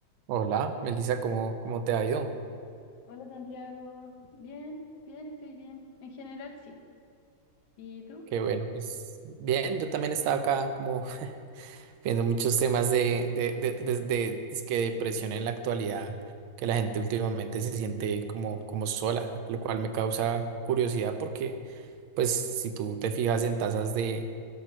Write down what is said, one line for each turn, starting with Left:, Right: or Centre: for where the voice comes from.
Right: Hola, Melissa, ¿cómo, cómo te ha ido?
Left: Hola Santiago, bien, bien, estoy bien. En general sí. ¿Y tú?
Right: Qué bueno, pues bien, yo también estaba acá como <laughs> viendo muchos temas de, de, de, de, de- dizque depresión en la actualidad, que la gente últimamente se siente como, como sola, lo cual me causa curiosidad porque pues si tú te fijas en tasas de,